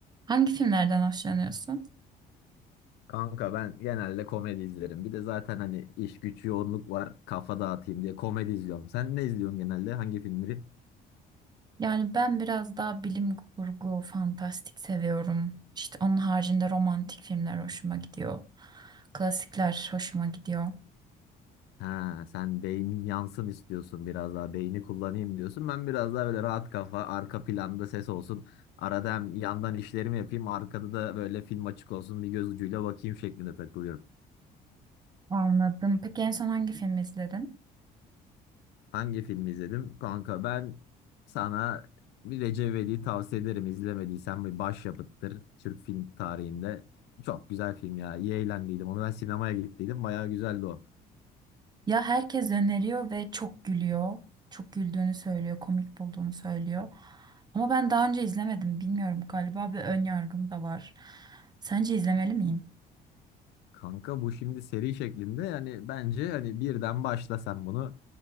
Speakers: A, on the right; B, on the left.
A: Hangi filmlerden hoşlanıyorsun?
B: Kanka ben genelde komedi izlerim. Bir de zaten hani iş güç yoğunluk var. Kafa dağıtayım diye komedi izliyorum. Sen ne izliyorsun genelde? Hangi filmleri?
A: Yani ben biraz daha bilim kurgu, fantastik seviyorum. İşte onun haricinde romantik filmler hoşuma gidiyor. Klasikler hoşuma gidiyor.
B: Ha, sen beynin yansın istiyorsun biraz daha. Beyni kullanayım diyorsun. Ben biraz daha böyle rahat kafa, arka planda ses olsun. Arada hem yandan işlerimi yapayım, arkada da böyle film açık olsun. Bir göz ucuyla bakayım şeklinde takılıyorum.
A: Anladım. Peki en son hangi film izledin?
B: Hangi filmi izledim? Kanka ben sana bir Recep İvedik'i tavsiye ederim. İzlemediysen bir başyapıttır Türk film tarihinde. Çok güzel film ya. İyi eğlendiydim. Onu ben sinemaya gittiydim. Bayağı güzeldi o.
A: Ya herkes öneriyor ve çok gülüyor. Çok güldüğünü söylüyor, komik bulduğunu söylüyor. Ama ben daha önce izlemedim. Bilmiyorum galiba bir ön yargım da var. Sence izlemeli miyim?
B: Kanka bu şimdi seri şeklinde yani bence hani birden başla sen bunu.